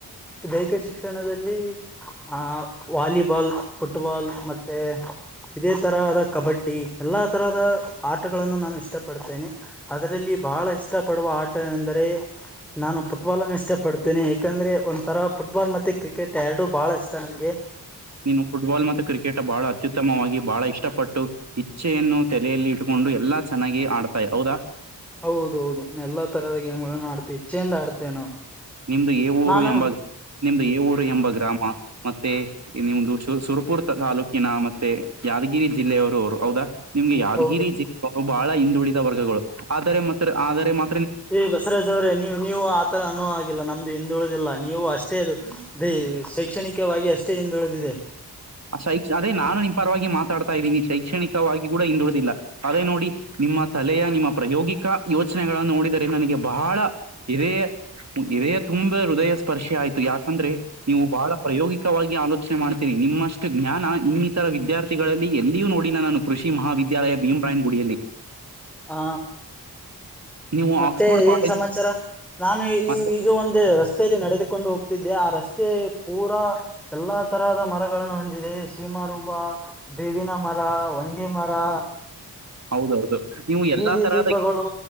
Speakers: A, in the centre; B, on the right.
A: ದೈಹಿಕ ಶಿಕ್ಷಣದಲ್ಲಿ ಆ ವಾಲಿಬಾಲ್, ಪುಟ್ಬಾಲ್ ಮತ್ತೆ ಇದೇ ತರಹದ ಕಬಡ್ಡಿ ಎಲ್ಲಾ ತರಹದ ಆಟಗಳನ್ನು ನಾನು ಇಷ್ಟಪಡ್ತೇನೆ. ಅದರಲ್ಲಿ ಬಹಳ ಇಷ್ಟ ಪಡುವ ಆಟ ಎಂದರೆ ನಾನು ಫುಟ್ಬಾಲ್ ನ್ನು ಇ ಇಷ್ಟಪಡ್ತೇನನೆ ಯಾಕೆಂದರೆ ಒಂಥರ ಫುಟ್ಬಾಲ್ ಮತ್ತು ಕ್ರಿಕೆಟ್ ಎರಡು ಭಾಳ ಇಷ್ಟಾ ನನಗೆ.
B: ನೀನು ಫುಟ್ಬಾಲ್ ಮತ್ತು ಕ್ರಿಕೆಟ್ ಬಹಳ ಅತ್ಯುತ್ತಮವಾಗಿ ಬಹಳ ಇಷ್ಟಪಟ್ಟು ಇಚ್ಛೆಯನ್ನು ತಲೆಯಲ್ಲಿ ಇಟ್ಟಕೊಂಡು ಎಲ್ಲಾ ಚೆನ್ನಾಗಿ ಆಡ್ತಾರ ಹೌದಾ
A: ಹೌದ ಹೌದು ಎಲ್ಲಾ ತರಹದ ಗೇಮ್ ಗೋಳನ್ನು ಆಡ್ತಿವಿ ಇಚ್ಛೆಯಿಂದ ಆಡ್ತೇವೆ ನಾವು
B: ನಿಮ್ದು ಎಊರು
A: ನಾನು
B: ಎಂಬ ನಿಮ್ದು ಎಊರು ಎಂಬ ಗ್ರಾಮ ಮತ್ತೆ ಇ ನಿಮ್ದ ಸುರಪುರ್ ತಾಲೂಕಿನ ಮತ್ತೆ ಯಾದಗಿರಿ ಜಿಲ್ಲೆಯವರು ಅವರು ಹೌದಾ ನಿಮ್ಗೆ ಯಾದಗಿರಿ
A: ಹೌದು
B: ಜಿಲ್ಲಾ ಬಹಳ ಹಿಂದುಳಿದ ವರ್ಗಗಳು ಆದರೆ ಮಾತ್ರ ಆದರೆ ಮ
A: ಏ ಬಸವರಾಜ್ ಅವ್ರೆ ನೀವು ನೀವು ಆತರ ಅನು ವಾಗಿಲ್ಲಾ ನಮ್ದು ಹಿಂದುಳುದಿಲ್ಲ ನೀವು ಅಷ್ಟೇ ಅದು ದೇ ಶೈಕ್ಷಣಿಕವಾಗಿ ಅಷ್ಟೇ ಹಿಂದುಳಿದಿದೆ
B: ಶೈಕ್ಷಣಿಕ ಅದೇ ನಾನು ನಿನ್ ಪರವಾಗಿ ಮಾತಾಡ್ತಾ ಇದ್ದೀನಿ ಶೈಕ್ಷಣಿಕವಾಗಿ ಕೂಡ ಹಿಂದುಳಿದಿಲ್ಲಾ ಅದೇ ನೋಡಿ ನಿಮ್ಮ ತಲೆಯ ನಿಮ್ಮ ಪ್ರಾಯೋಗಿಕ ಯೋಚನೆಗಳನ್ನು ನೋಡಿದರೆ ನನಗೆ ಬಹಳಾ ಇದೆಯೇ ಇದೆಯಾ ತುಂಬಾ ಹೃದಯಸ್ ಸ್ಪರ್ಶೆ ಆಯ್ತು ಯಾಕಂದ್ರೆ ನೀವು ಬಹಳ ಪ್ರಯೋಗಿಕವಾಗಿ ಆಲೋಚನೆ ಮಾಡ್ ನಿಮ್ಮಷ್ಟು ಜ್ಞಾನ ಇನ್ನಿತರ ವಿದ್ಯಾರ್ಥಿಗಳಲ್ಲಿ ಎಲ್ಲಿಯೂ ನೋಡಿಲ್ಲಾ ನಾನು ಕೃಷಿ ಮಹಾವಿದ್ಯಾಲಯ ಭೀಮ್ರಾಯನ್ ಗುಡಿಯಲ್ಲಿ.
A: ಹಾ
B: ನೀವು
A: ಮತ್ತೆ
B: ಆಕ್ಸ್ಫೋರ್ಡ್ ಕಾಲೇಜ್
A: ಏನ್ ಸಮಾಚಾರ ನಾನು
B: ಮತ್ತೆ
A: ಈ ಈಗ ಒಂದ ರತೆ ರಸ್ತೆಯಲ್ಲಿ ನಡೆದುಕೊಂಡು ಹೋಗ್ತಿದ್ದೆ ಆ ರಸ್ತೆ ಪೂರಾ ಎಲ್ಲಾ ತರಹದ ಮರಗಳನ್ನು ಹೊಂದಿದೆ ಶೀಮಾರೂಪ ಬೇವಿನ ಮರಾ ಹೋಂಗೆ ಮರಾ
B: ಹೌದೌದು ನೀವು
A: ಬೀದಿ
B: ಎಲ್ಲಾ ತರಹದ
A: ದೀಪಗಳು